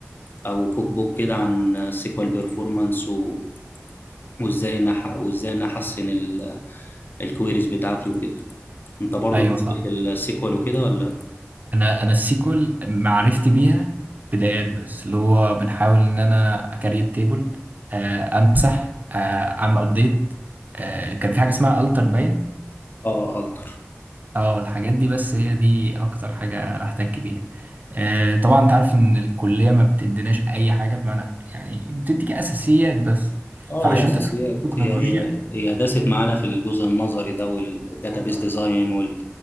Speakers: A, on the left (about 50°); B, on the right (about 40°).
A: او كوك بوك كده عن السيكوال بيرفورمانس و... وازاي إن أح- وازاي ان احسن ال... الكويريز بتاعتي وكده انت برضو
B: ايوه
A: دوست في السيكوال وكده ولا
B: انا انا السيكول معرفتي بيها بدايات بس اللي هو بنحاول ان انا اكاري التيبل آه، امسح آه، اعمل ابديت كان في حاجه اسمها التر باين
A: اه التر
B: اه الحاجات دي بس هي دي اكتر حاجه احتك بيها آه، طبعا انت عارف ان الكليه ما بتديناش اي حاجه بمعنى يعني بتديك اساسيات بس
A: اه
B: فعشان
A: هي اساسيات
B: تتعلم تكنولوجيا
A: هي هي هي داست معانا في الجزء النظري ده والداتابيس ديزاين وال